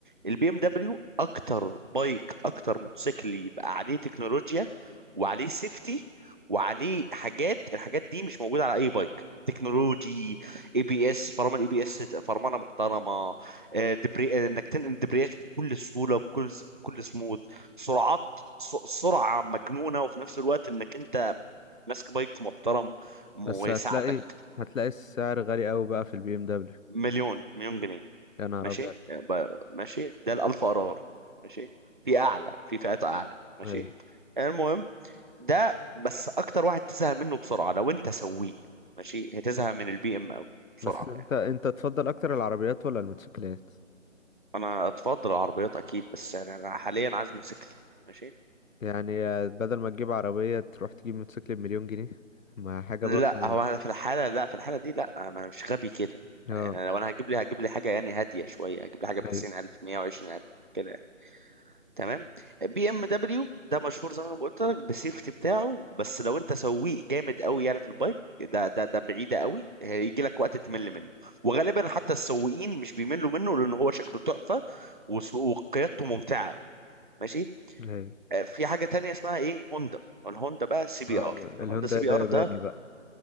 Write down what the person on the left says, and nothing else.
بس
هتلاقي هتلاقي السعر غالي قوي بقى في البي ام دبليو
يا نهار
ابيض
ايوه
بس انت
انت تفضل اكتر العربيات ولا الموتوسيكلات
يعني آه، بدل ما تجيب عربية تروح تجيب موتوسيكل بمليون جنيه ما حاجة
برضو
اه
ايوه
ايوه
آه،
الهوندا
ده
ياباني
بقى